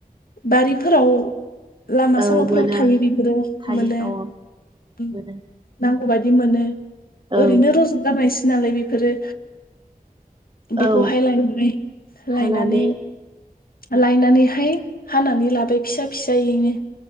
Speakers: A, on the left (about 75°); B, on the right (about 30°).
A: बारिफोराव लामा
B: औ
A: सामाफोराव
B: मोनो
A: थायो बेफोरो
B: थायो
A: मोनो
B: अ
A: उम
B: मोनो
A: नां ख बायदि मोनो।
B: ओं
A: ओरैनो रज गारनायसो जालाय बेफोरो।
B: औ
A: बेखौहाय लायबाय
B: हानानै
A: लायनानै लायनानैहाय हानानै लाबोयो फिसा फिसायैनो।